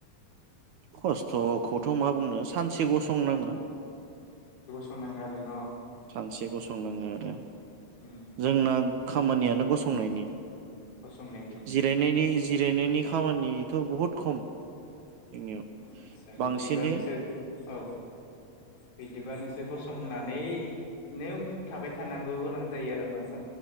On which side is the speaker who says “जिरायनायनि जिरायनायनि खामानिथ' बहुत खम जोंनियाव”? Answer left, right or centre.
Right